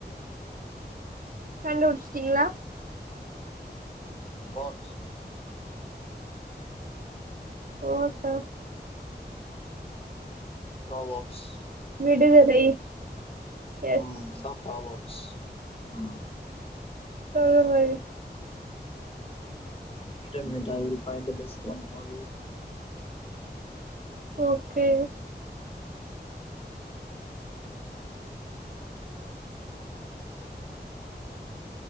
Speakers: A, on the right; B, on the left.
A: கண்டுபுடிச்சிட்டிங்ளா
B: வாட் ச்
A: <unintelligible>
B: ப்ராவெர்ப்ஸ்
A: விடுகதை எஸ்
B: ம் இதா ப்ராவெர்ப் ம்
A: சொல்லுங்கள்
B: just a minute I will பைண்தா best one for you
A: okay